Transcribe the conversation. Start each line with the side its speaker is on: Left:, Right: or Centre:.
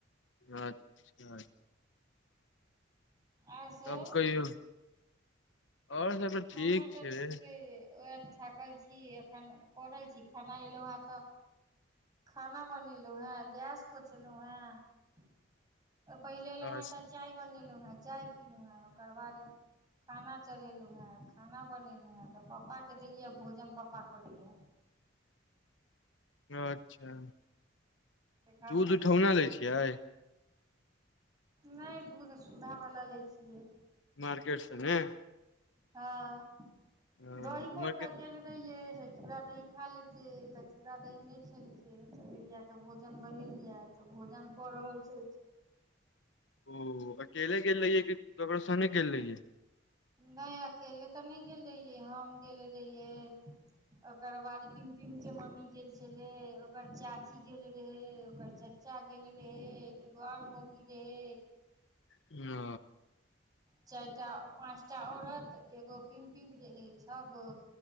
Left: अच्छा
Right: आर सब
Left: तब कहियो आओर सब तऽ ठीक
Right: हमर तऽ
Left: छै
Right: िके उह ठाकल छी एखन पड़ल छी खाना एलहुँ हेँ तऽ खाना बनेलहु हें गैस पोछलहु हें पहिले एलहुं
Left: ह
Right: हें तऽ चाय बनेलहुँ हें चाय पीलहुँ हैं ओकर बाद खाना चढ़ेलहुँ हेँ खाना बनेलहुँ हेँ तऽ पपाके देलियै भोजन पापा करे यऽ
Left: अच्छा
Right: एखन
Left: दूध उठौना लै छियै
Right: नहि दूध सुधावला लै छियै
Left: मार्केेट सऽ ने
Right: हँ
Left: उमहर
Right: दही पोड़का
Left: के
Right: चूड़ा दही खा लेतै तऽ चूड़ा दही नहि खेलकै तऽ तऽ भोजन बनलिए तऽ भोजन कऽ रहल छथि
Left: ओ अकेले गेल रहियै कि ककरो सन्गे गेल रहियै
Right: नहि अकेले तऽ नहि गेल रहियै हम गेल रहियै ओकर बाद टिम टिम के मम्मी गेल छले ओकर चाची गेल रहे ओकर चा चाचा गेले रहै एगो आर मौगी रहे
Left: ओ
Right: चारिटा पाँच टा औरत एगो पिम पिम रहै छह गो